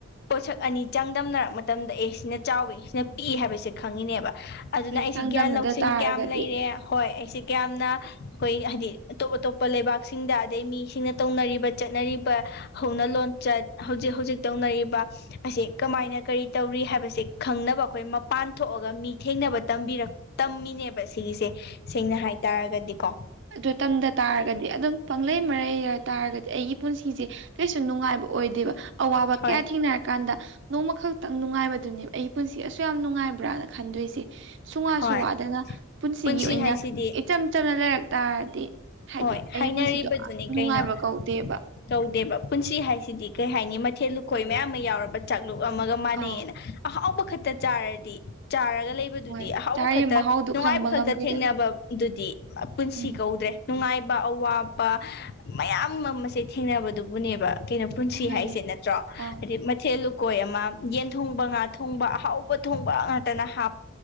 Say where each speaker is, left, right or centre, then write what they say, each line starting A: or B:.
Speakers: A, on the left; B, on the right.
A: ꯄꯣꯠꯁꯛ ꯑꯅꯤ ꯆꯥꯡꯗꯝꯅꯔꯛ ꯃꯇꯝꯗ ꯑꯦ ꯁꯤꯅ ꯆꯥꯎꯋꯦ ꯁꯤꯅ ꯄꯤꯛꯏ ꯍꯥꯏꯕꯁꯦ ꯈꯪꯉꯤꯅꯦꯕ ꯑꯗꯨꯅ
B: ꯑꯩꯈꯣꯏ
A: ꯑꯩꯁꯤ
B: ꯆꯥꯡꯗꯝꯅꯗ
A: ꯒ꯭ꯌꯥꯟ ꯂꯧꯁꯤꯡ
B: ꯇꯥꯔꯒꯗꯤ
A: ꯀꯌꯥꯝ ꯂꯩꯔꯦ ꯍꯣꯏ ꯑꯩꯁꯤꯦ ꯀꯌꯥꯝꯅ ꯑꯩꯈꯣꯏ ꯍꯥꯏꯗꯤ ꯑꯇꯣꯞ ꯑꯇꯣꯞꯄ ꯂꯩꯕꯥꯛꯁꯤꯡꯗ ꯑꯗꯩ ꯃꯤꯁꯤꯡꯅ ꯇꯧꯅꯔꯤꯕ ꯆꯠꯅꯔꯤꯕ ꯍꯧꯅ ꯂꯣꯟꯆꯠ ꯍꯧꯖꯤꯛ ꯍꯧꯖꯤꯛ ꯇꯧꯅꯔꯤꯕ ꯑꯁꯤ ꯀꯃꯥꯏꯅ ꯀꯔꯤ ꯇꯧꯔꯤ ꯍꯥꯏꯕꯕꯁꯤ ꯈꯪꯅꯕ ꯑꯩꯈꯣꯏ ꯃꯄꯥꯟ ꯊꯣꯛꯑꯒ ꯃꯤ ꯃꯤ ꯊꯦꯡꯅꯕ ꯇꯝꯕꯤꯔꯛ ꯇꯝꯃꯤꯅꯦꯕ ꯁꯤꯒꯤꯁꯦ ꯁꯦꯡꯅ ꯍꯥꯏꯇꯥꯔꯒꯗꯤꯀꯣ
B: ꯃꯇꯝꯝꯗ ꯇꯥꯔꯒꯗꯤ ꯑꯗꯨꯝ ꯄꯪꯂꯩ ꯃꯔꯩ ꯇꯥꯔꯒꯗꯤ ꯑꯩꯒꯤ ꯄꯨꯟꯁꯤꯁꯦ ꯀꯩꯁꯨ ꯅꯨꯡꯉꯥꯏꯕ ꯑꯣꯏꯗꯦꯕ ꯑꯋꯥꯕ
A: ꯍꯣꯏ
B: ꯀꯌꯥ ꯊꯦꯡꯅꯔꯀꯥꯟꯗ ꯅꯣꯡꯃ ꯈꯛꯇꯪ ꯅꯨꯡꯉꯥꯏꯕꯗꯨꯅꯦꯕ ꯑꯩꯒꯤ ꯄꯨꯟꯁꯤ ꯑꯁꯨ ꯌꯥꯝ ꯅꯨꯡꯉꯥꯏꯕ꯭ꯔꯥꯅ ꯈꯟꯗꯣꯏꯁꯦ ꯁꯨꯡꯋꯥꯁꯨ
A: ꯍꯣꯏ
B: ꯋꯥꯗꯅ ꯄꯨꯟꯁꯤꯒꯤ
A: ꯄꯨꯟꯁꯤ
B: ꯑꯣꯏꯅ
A: ꯍꯥꯏꯁꯤꯗꯤ
B: ꯏꯆꯝ ꯆꯝꯅ ꯂꯩꯔꯛ ꯇꯥꯔꯗꯤ ꯍꯥꯏꯗꯤ
A: ꯍꯣꯏ
B: ꯑꯩꯒꯤ
A: ꯍꯥꯏꯅꯔꯤꯕꯗꯨꯅꯤ
B: ꯄꯨꯟꯁꯤꯗꯣ ꯌꯥꯝ ꯅꯨꯡꯉꯥꯏꯕ
A: ꯀꯩꯅꯣ
B: ꯀꯧꯗꯦꯕ
A: ꯇꯧꯗꯦꯕ ꯄꯨꯟꯁꯤ ꯍꯥꯏꯁꯤꯗꯤ ꯀꯩ ꯍꯥꯏꯅꯤ ꯊꯦꯜꯂꯨꯈꯣꯏ ꯃꯌꯥꯝ ꯑꯃ ꯌꯥꯎꯔꯕ ꯆꯥꯛꯂꯨꯛ ꯑꯃꯒ ꯃꯥꯟꯅꯩꯌꯦꯅ
B: ꯑꯥ
A: ꯑꯍꯥꯎꯕ ꯈꯛꯇ ꯆꯥꯔꯗꯤ ꯆꯥꯔꯒ ꯂꯩꯕꯗꯨꯗꯤ
B: ꯍꯣꯏ
A: ꯑꯍꯥꯎꯕ
B: ꯆꯥꯔꯤꯕ
A: ꯈꯛꯇ
B: ꯃꯍꯥꯎꯗꯣ
A: ꯅꯨꯡꯉꯥꯏꯕ
B: ꯈꯪꯕ
A: ꯈꯛꯇ
B: ꯉꯝꯗꯦꯗꯅ
A: ꯊꯦꯡꯅꯕꯗꯨꯗꯤ ꯄꯨꯟꯁꯤ
B: ꯎꯝ
A: ꯀꯧꯗ꯭ꯔꯦ ꯅꯨꯡꯉꯥꯏꯕ ꯑꯋꯥꯕ ꯃꯌꯥꯝ ꯑꯃꯁꯦ ꯊꯦꯡꯅꯕꯗꯨꯕꯨꯅꯦꯕ ꯀꯩꯅꯣ ꯄꯨꯟꯁꯤ
B: ꯍꯣꯏꯌꯦ
A: ꯍꯥꯏꯁꯦ ꯅꯠꯇ꯭ꯔꯣ
B: ꯑꯥ
A: ꯍꯥꯏꯗꯤ ꯃꯊꯦꯜ ꯂ ꯀꯣꯏ ꯑꯃ ꯌꯦꯟ ꯊꯣꯡꯕ ꯉꯥ ꯊꯣꯡꯕ ꯑꯍꯥꯎꯕ ꯊꯣꯡꯕ ꯉꯥꯛꯇꯅ ꯍꯥꯞ